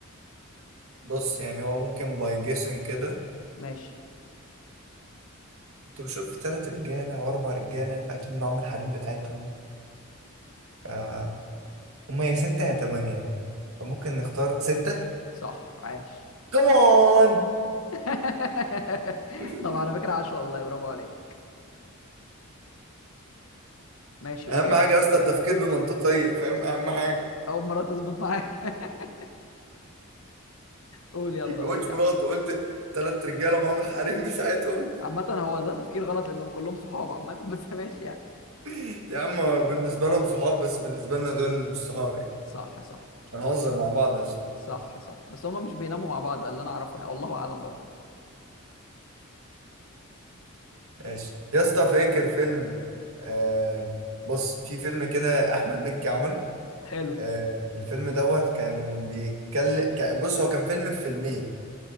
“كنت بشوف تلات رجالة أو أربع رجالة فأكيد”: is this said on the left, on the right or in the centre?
Right